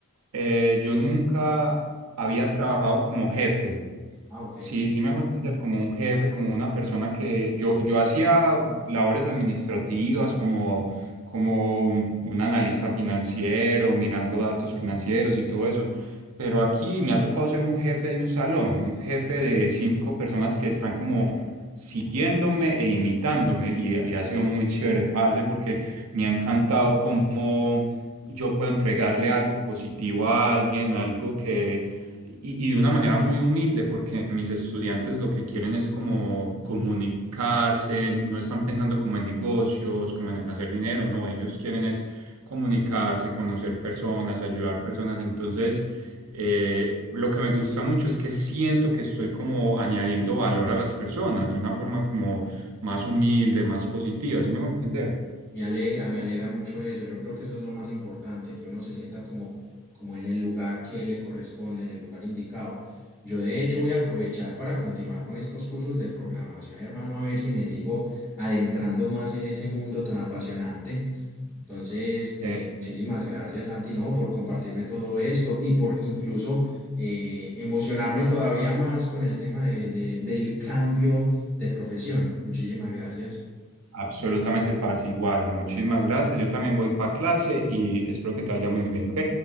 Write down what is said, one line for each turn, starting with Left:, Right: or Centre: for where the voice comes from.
Right: eh, yo nunca había trabajado como jefe.
Centre: Ah, ok.
Right: Sí, sí me hago entender como un jefe, como una persona que yo, yo hacía labores administrativas, como, como un, un analista financiero, mirando datos financieros y todo eso. Pero aquí me ha tocado ser un jefe de un salón, un jefe de cinco personas que están como siguiéndome e imitándome. Y, y ha sido muy chévere, parce, porque me ha encantado cómo yo puedo entregarle algo positivo a alguien, algo que y, y de una manera muy humilde, porque mis estudiantes lo que quieren es como comunicarse, no, no están pensando como en negocios, como en hacer dinero, no, ellos quieren es comunicarse, conocer personas, ayudar personas. Entonces, eh, lo que me gusta mucho es que siento que estoy como añadiendo valor a las personas de una forma como más humilde, más positiva, ¿sí me hago entender?
Centre: Me alegra, me alegra mucho eso. Yo creo que eso es lo más importante, que uno se sienta como, como en el lugar que le corresponde, en el lugar indicado. Yo de hecho voy a aprovechar para continuar con estos cursos de programación, hermano, a ver si me sigo adentrando más en ese mundo tan apasionante. Entonces, eh,
Right: Eh,
Centre: muchísimas gracias, Santi, no, por compartirme todo esto y por incluso eh, emocionarme todavía más con el tema de, de- del cambio de profesión. Muchísimas gracias.
Right: absolutamente, parce, igual, muchísimas gracias. Yo también voy para clase y espero que te vaya muy bien, ¿ok?